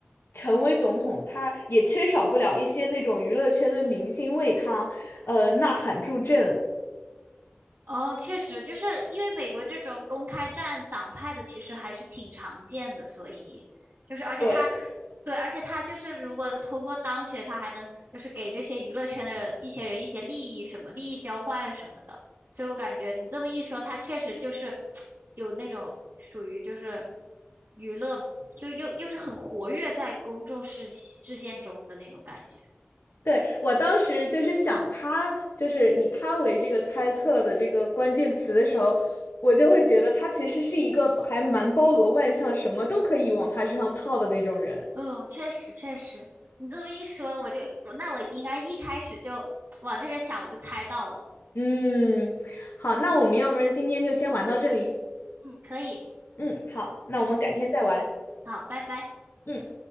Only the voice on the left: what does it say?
成为总统，他也缺少不了一些那种娱乐圈的明星为他呃呐喊助阵。
对，
对，我当时就是想他，就是以他为这个猜测的这个关键词的时候，我就会觉得他其实是一个还蛮包罗万象，什么都可以往他身上套的那种人。
嗯，好，那我们要不然今天就先玩到这里。
嗯，好，那我们改天再玩。
嗯。